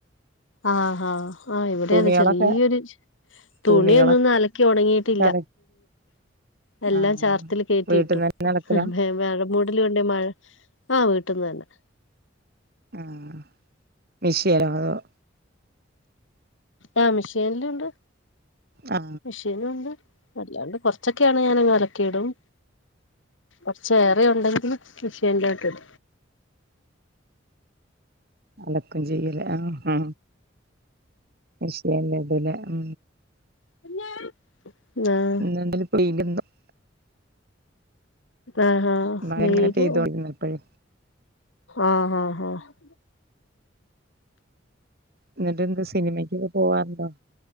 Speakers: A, on the left (about 85°); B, on the right (about 55°).
A: ആഹാ ആഹ ഇവിടെ
B: തുണികളൊക്കെ
A: അത് ചെറിയൊരു തുണി
B: തുണികളൊക്കെ
A: ഒന്നും അലക്കി ഉണങ്ങിയിട്ടില്ല
B: അല
A: എല്ലാം
B: ആഹ്
A: ചാർത്തില് കേയറ്റിയിട്ടു
B: വീട്ടിന്ന് തന്നെ അലക്കലാ
A: വേഴ മൂടല കൊണ്ട മഴ ആഹ വീട്ടിന്ന് തന്നെ
B: ആഹ വിഷയര അതോ <unintelligible>
A: അ മിഷേനിലുണ്ട്
B: ആ
A: <inaudible> നണ്ട് അല്ലാണ്ട് കൊറച്ചൊക്കെയാണെ ഞാനങ്ങ് അലക്കിയിടും കുറച്ചേറെ ഉണ്ടെങ്കിൽ മെഷീനിലോട്ടിടും
B: അതൊക്കും ചെയ്യലേ ആഹ് മെഷീനിൽ ടുഅലെ <unintelligible>
A: കുഞ്ഞേ ആ
B: <unintelligible>
A: ആഹ ഹാ
B: മഴ
A: മര്
B: ഇങ്ങനെ പെയ്തോണ്ടിരുന്നപ്പഴേ
A: ആഹ ഹാ ഹ <inaudible>
B: എന്നിട്ട് എന്ത് സിനിമയ്ക്കൊക്കെ പോവാറുണ്ടോ